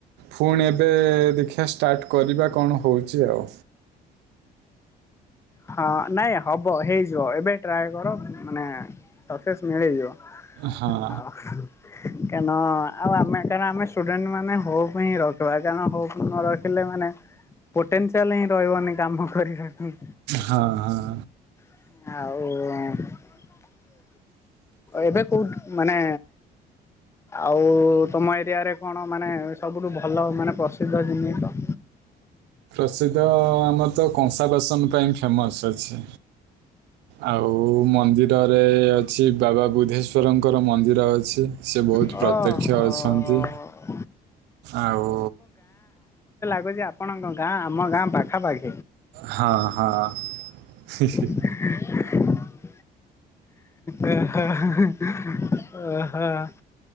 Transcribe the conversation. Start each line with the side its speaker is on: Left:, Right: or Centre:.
Right: ପୁଣି ଏବେ ଦେଖିବା ଷ୍ଟାର୍ଟ କରିବା କଣ ହଉଛି ଆଉ।
Left: ହଁ ନାଇଁ ହବ ହେଇ ତ ଏବେ ଟ୍ରାଏ କର ମାନେ ସକ୍ସେସ୍ ମିଳିଯିବ।
Right: ହଁ।
Left: ଆଉ କାରଣ ଆଉ ଆମେ କାରଣ ଆମେ ଷ୍ଟୁଡେଣ୍ଟ ମାନେ ହୋପ ହିଁ ରଖିବା କାରଣ ହୋପ୍ ନ ରଖିଲେ ମାନେ ପୋଟେନସିଆଲ ହିଁ ରହିବନି କାମ କରିବା ପାଇଁ।
Right: ହଁ ହଁ।
Left: ଆଉ ଏବେ କୋଉଠି ମାନେ ଆଉ ତମ ଏରିଆରେ କଣ ମାନେ ସବୁଠୁ ଭଲ ମାନେ ପ୍ରସିଦ୍ଧ ଜିନିଷ?
Right: ପ୍ରସିଦ୍ଧ ଆମର ତ କଂସା ବାସନ ପାଇଁ ଫେମସ୍ ଅଛି। ଆଉ ମନ୍ଦିରରେ ଅଛି ବାବା ବୁଦ୍ଧେଶ୍ୱରମ୍ ଙ୍କର ମନ୍ଦିର ଅଛି ସେ ବହୁତ୍
Left: ଓହୋ
Right: ପ୍ରତ୍ୟକ୍ଷ
Left: ଓହୋ।
Right: ଅଛନ୍ତି ଆଉ
Left: ମୁଁ କହିଲି ଆପଣଙ୍କ ଗାଁ ଆମ ଗାଁ ପାଖାପାଖି।
Right: ହଁ ହଁ। <unintelligible>
Left: <inaudible> ଓହୋ ଓହୋ